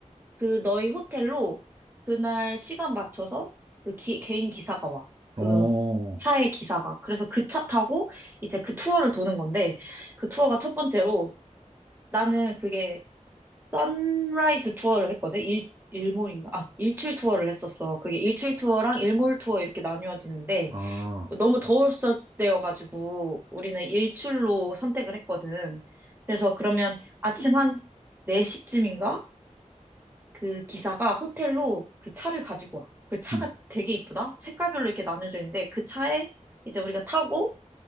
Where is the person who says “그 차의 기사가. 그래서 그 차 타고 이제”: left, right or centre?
Right